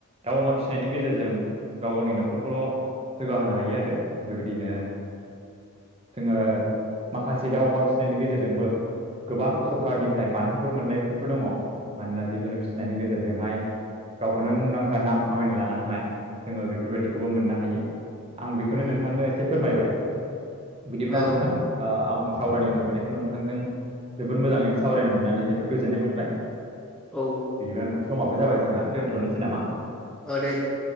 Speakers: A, on the right; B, in the centre.
A: दाउ अमा फिसिनायनि गेजेरजों गाव गावनि न'खरखौल' जौगाहोनो हायो आरो बेबायदिनो जोङो माखासे दाउ अमा फिसिनायनि गेजेरजोंबो गोबां सरखारनिफ्राय बान्थाफोर मोननाय बेफोरबो दङ मानोना जिब जुनार फिसिनायनि गेजेरजोंहाय गावखौनो मुंदांखा नाम खामायनो लानो हानाय जोङो बेफोरबायदिखौबो मोननो हायो। आं बेखौनो
B: उम
A: नोंथांनो एसे फोरमायबाय बिदिब्ला
B: औ
A: नोंथां ओ आं सावरायनो लुबैनायखौ नोंथांजों जोबोद मोजाङैनो सावरायनो मोननानै जोबोद गोजोननाय मोनबाय आ
B: औ
A: बिदिबा नोंथां समाबो जाबाय जोंहा दोनथ'नोसै नामा?
B: ओ दे दे